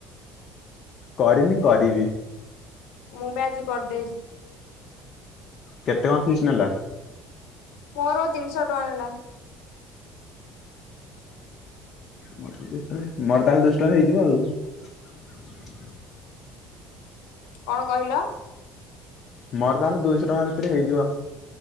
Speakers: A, on the left; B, on the left.
A: କରିନି କରିବି।
B: ମୁଁ ବି ଆଜି କରିଦେଇଛି।
A: କେତେ କଣ ଫିସ୍ ନେଲା?
B: ମୋର ତିନିଶ ଟଙ୍କା ନେ।
A: ମୋର ତା ହେଲେ ଦୁଇଶ ଟଙ୍କା ହେଇଯିବ ଆଉ।
B: କଣ କହିଲ?
A: ମୋର ତାହେଲେ ଦୁଇଶହ ଟଙ୍କା ଭିତରେ ହେଇଯିବ।